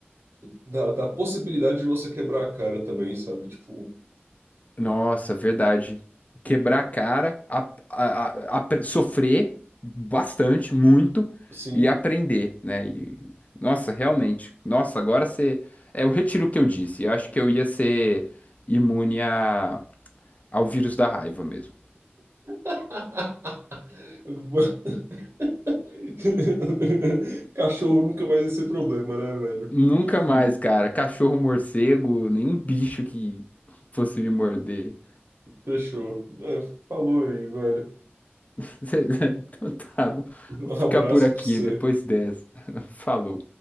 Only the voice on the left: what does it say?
Nossa, verdade.
Quebrar a cara, a- a- a- apre- sofrer bastante, muito,
e aprender, né? E, nossa, realmente. Nossa, agora você. É, eu retiro o que eu disse. Eu acho que eu ia ser imune a, ao vírus da raiva mesmo.
Nunca
mais, cara. Cachorro, morcego, nenhum bicho que fosse me morder.
<laughs> Então tá, vou
ficar por aqui
depois dessa. <laughs> Falou.